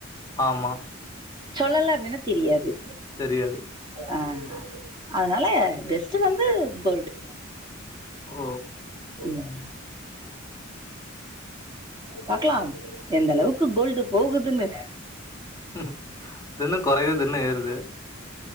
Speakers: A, on the left (about 15°); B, on the right (about 20°).
A: ஆமா
B: சொல்லல அப்படின்னா தெரியாது
A: தெரியாது
B: ஆ அதனால பெஸ்டு வந்து கோல்டு
A: ஓ
B: ஆம் பாக்கலாம் எந்த அளவுக்கு கோல்டு போகுதுன்னு
A: இது என்ன குறைது இன்னு ஏறுது